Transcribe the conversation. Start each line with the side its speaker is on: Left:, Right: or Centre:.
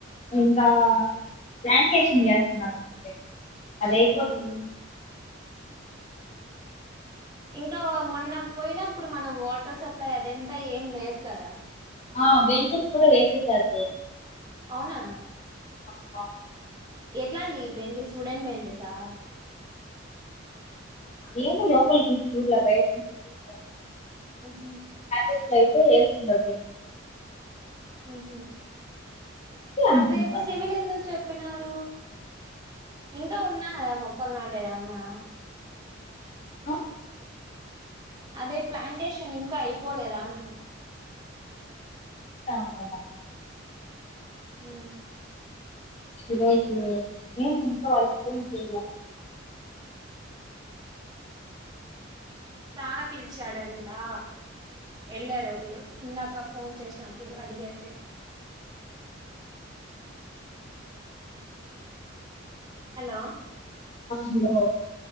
Left: ఇంగా. ప్లాంటేషన్ జేస్త్నారంటె అదైపోతే
Right: ఉమ్ ఇంకో మొన్న పోయినప్పుడ్ మనం వాటర్ సప్లై అదేంతా ఎం లేద్ కదా.
Left: అ బెంచెస్ కుడ వేసేసార్ వే
Right: ఔనా
Left: <inaudible>
Right: ఎట్లాంటియి బెంజెస్ ఉడెన్ బెంచెసా?
Left: ఏమో లోపల్కీ బీచ్ చూడ్లా బైట్నుంచి చూసా.
Right: ఆ హా
Left: గిట్ల ఐతే ఏస్తుండ్డొచ్
Right: ఉహ్ మర్రేపూ
Left: అనుకుంటా
Right: సివిల్ ఎందుక్చెప్ ప్పినారు ఇంకా ఉన్నాయా మొక్కల్నాటేదెమన్నా?
Left: నో
Right: అదే ప్లాంటేషన్ ఇంకైపోలేదా అంటున్నా?
Left: సాము
Right: ఉ
Left: <unintelligible> ఏం ఇంత వరక్ ఏం చైయ్లా
Right: సార్ పిల్చాడంటా ఎళ్ళారోళ్ళు ఇందాక ఫోన్ జేస్నప్పుడు అడిగైతే హలో
Left: అందులో